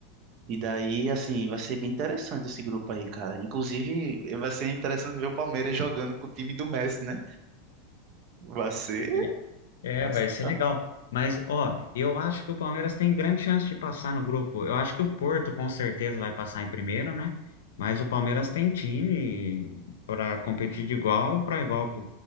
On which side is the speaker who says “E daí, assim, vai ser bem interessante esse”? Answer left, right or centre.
Right